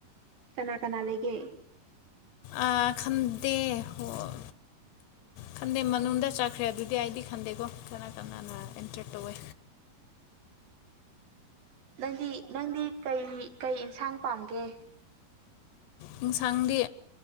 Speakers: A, on the right (about 65°); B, on the left (about 85°).
A: ꯀꯅꯥ ꯀꯅꯥ ꯂꯩꯒꯦ
B: ꯑ ꯈꯗ ꯑꯣ ꯈꯟꯗꯦ ꯃꯅꯨꯡꯗ ꯆꯠꯈ꯭ꯔꯦ ꯑꯗꯨꯗꯤ ꯑꯩꯗꯤ ꯈꯟꯗꯦꯀꯣ ꯀꯅꯥ ꯅ ꯑꯦꯟꯇ꯭ꯔꯔ ꯇꯨꯋꯦ
A: ꯅꯪꯗꯤ ꯅꯪꯗꯤ ꯀ ꯀꯩ ꯏꯟꯁꯥꯡ ꯄꯥꯝꯒꯦ
B: ꯑꯦꯟꯁꯥꯡꯗꯤ